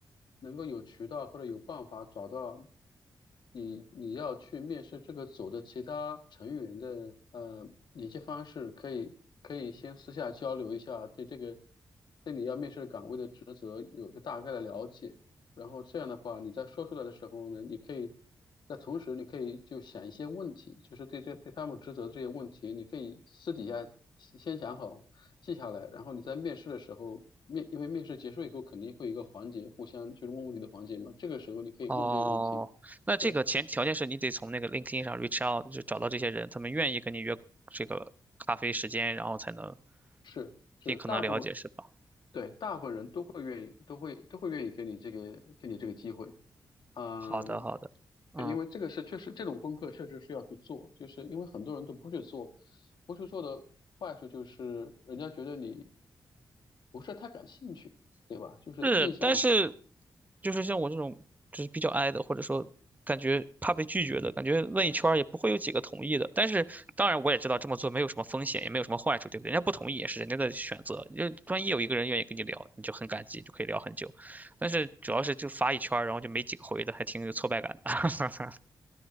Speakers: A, on the left (about 70°); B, on the right (about 20°).
A: 能够有渠道或者有办法找到你你要去面试这个组的其他成员的呃联系方式，可以可以先私下交流一下，对这个对你要面试的岗位的职责有个大概的了解。然后这样的话，你在说出来的时候呢，你可以在同时，你可以就想一些问题，就是对这对他们职责的这些问题，你可以私底下先先想好，记下来，然后你在面试的时候，面因为面试结束以后肯定会有一个环节，互相就是问问题的环节嘛，这个时候你可以问这些问题。
B: 哦，那这个前条件是你得从那个
A: 对，
B: LinkedIn 上 reach out，就找到这些人，他们愿意跟你约这个咖啡时间，然后才能
A: 是是，
B: 尽可能了解，
A: 大部分
B: 是吧？
A: 对大部分人都会愿意，都会都会愿意给你这个给你这个机会。嗯，
B: 好的，好的，嗯。
A: 因为这个是确实这种功课确实是要去做，就是因为很多人都不去做，不去做的坏处就是人家觉得你不是太感兴趣，对吧？就是印象
B: 是，但是就是像我这种就是比较 i 的，或者说感觉怕被拒绝的，感觉问一圈儿也不会有几个同意的。但是当然我也知道这么做没有什么风险，也没有什么坏处，对不对？人家不同意也是人家的选择，就万一有一个人愿意跟你聊，你就很感激，就可以聊很久。但是主要是就发一圈儿然后就没几个回的，还挺有挫败感的。<laughs>